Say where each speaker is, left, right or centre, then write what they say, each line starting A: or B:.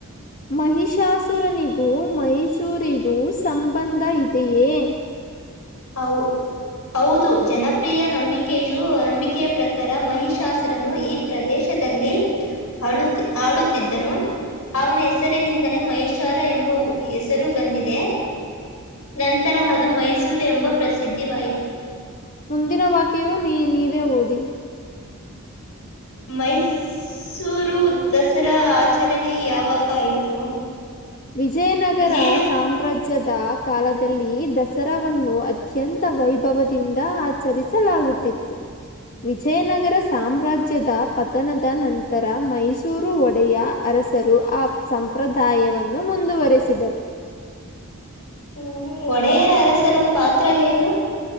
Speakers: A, on the left (about 40°); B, on the left (about 80°).
A: ಮಹಿಷಾಸುರನಿಗೂ ಮೈಸೂರಿಗೂ ಸಂಬಂಧ ಇದೆಯೇ <unintelligible>
B: ಹವು <unintelligible> ಹೌದು ಜನಪ್ರಿಯ ನಂಬಿಕೆಯು ನಂಬಿಕೆಯ ಪ್ರಕಾರ ಮಹಿಶಾಸ್ತ್ರನು ಈ <unintelligible> ಪ್ರದೇಶದಲ್ಲಿ <unintelligible>
A: <inaudible>
B: ಆಳುತ್ತ ಆಡುತ್ತಿದ್ದನು <unintelligible> ಅವನ ಹೆಸರಿನಿಂದಲೇ ಮಹಷಾರ ಎಂಬ ಹೆಸರು ಬಂದಿದೆ <unintelligible> ನಂತರ ಅದು ಮೈಸೂರು ಎಂಬ ಪ್ರಸಿದ್ಧಿವಾಯಿತು <unintelligible>
A: ಮುಂದಿನ ವಾಕ್ಯೆಯು ನೀ ನೀವೇ ಓದಿ <unintelligible>
B: ಮೈಸೂರು ದಸರಾ ಆಚರಣೆ ಯಾವಾಗ ಆಯಿತು <unintelligible>
A: ವಿಜಯನಗರ
B: ವಿಜಯನ
A: ಸಾಮ್ರಾಜ್ಯ <unintelligible> ರಾಜ್ಯದ ಕಾಲದಲ್ಲಿ ದಸರಾವನ್ನು ಅತ್ಯಂತ ವೈಭವದಿಂದ ಆಚರಿಸಲಾಗುತ್ತಿತ್ತು <unintelligible> ಹ <inaudible> ವಿಜಯನಗರ ಸಾಮ್ರಾಜ್ಯದ ಪತನದ ನಂತರ ಮೈಸೂರು ಒಡೆಯ <unintelligible> ಅರಸರು ಆ ಸಂಪ್ರದಾಯವನ್ನು ಮುಂದುವರೆಸಿದರು <unintelligible>
B: ಹ್ಮ ಒಡೆಯರರ ಪಾತ್ರ ಏನು <unintelligible>